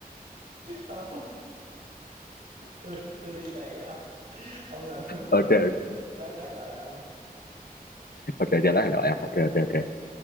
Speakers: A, on the right (about 90°); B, on the left (about 80°).
A: Thôi hông? Tui tui tui <laughs> đi tè cái hông? Ông làm tôi mắc
B: ờ
A: cười
B: trời
A: <laughs> lát lát gọi lại ông.
B: ờ trời trời lá này là em ok trời trời trời.